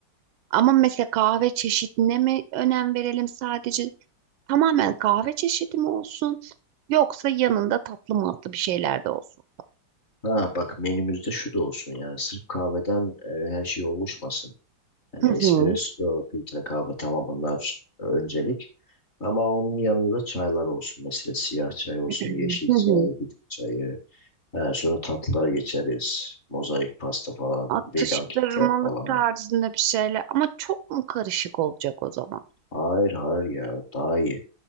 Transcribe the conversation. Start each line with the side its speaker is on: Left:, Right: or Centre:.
Right: Ama mesela kahve çeşidine mi önem verelim sadece? Tamamen kahve çeşidi mi olsun? Yoksa yanında tatlı matlı bir şeyler de olsun.
Left: Ha bak menümüzde şu da olsun yani sırf kahveden e, her şey oluşmasın. Hani
Right: Hı
Left: espresso,
Right: hı.
Left: filtre kahve tamam bunlar e, öncelik. Ama onun yanında çaylar olsun. Mesela siyah çay olsun,
Right: <clears throat>
Left: yeşil çay,
Right: Hı hı.
Left: bitki çayı. He, sonra tatlılara geçeriz. Mozaik pasta falan.
Right: Atıştırmalık
Left: Vegan kitler falan.
Right: tarzında bir şeyler. Ama çok mu karışık olacak o zaman?
Left: Hayır hayır ya. Daha iyi.